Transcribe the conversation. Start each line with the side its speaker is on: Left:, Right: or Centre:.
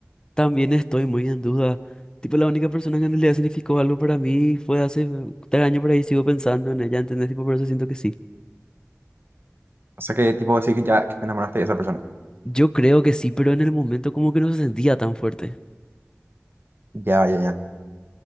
Left: también estoy muy en duda. Tipo, la única persona que en realidad significó algo para mí fue hace tres años por ahí, sigo pensando en ella, ¿entendés? Tipo, por eso siento que sí.
Right: O sea, que tipo decís que ya que te enamoraste de esa persona.
Left: Yo creo que sí, pero en el momento como que no se sentía tan fuerte.
Right: Ya, ya, ya.